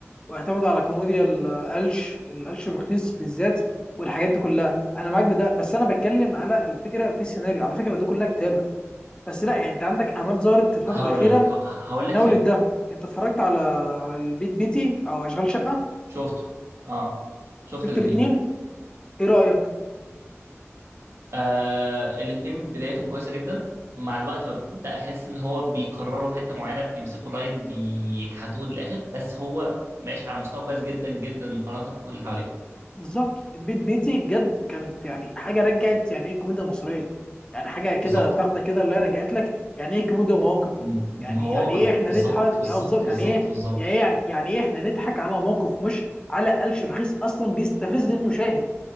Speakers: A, on the left; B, on the right.
A: واعتمدوا على كوميديا القلش القلش الرخيص بالذات والحاجات دي كلها انا معاك بده بس انا بتكلم على الفكره في السيناريو على فكره ده كلها كتابه بس لا يعني انت عندك اعمال ظهرت في الفتره
B: هقول
A: الاخيره
B: لك ه... ه- هقول لك
A: ناولت
B: ليه
A: ده انت اتفرجت على على البيت بيتي او اشغال شقه
B: شفته اه شفت
A: شفت
B: الاثنين
A: الاثنين ايه رايك
B: آه الاتنين بدايتهم كويسة جدا مع الوقت ببدأ أحس إن هو بيكرروا حتة معينة بيمسكوا لاين بيكحتوه للآخر بس هو ماشي على مستوى كويس جدا جدا مقارنة بكل اللي حواليه
A: بالظبط البيت بيتي بجد كانت يعني حاجه رجعت يعني ايه كوميديا مصريه يعني حاجه كده
B: بالظبط
A: تاخده كده اللي هي رجعت لك يعني ايه كوميديا مواقف
B: م- مواقف
A: يعني يعني ايه احنا
B: بالظبط
A: نضحك
B: بالظبط
A: يا بالظبط يعني
B: بالظبط
A: ايه
B: بالظبط
A: يا ايه يعني يعني ايه احنا نضحك على موقف مش على قلش رخيص اصلا بيستفز المشاهد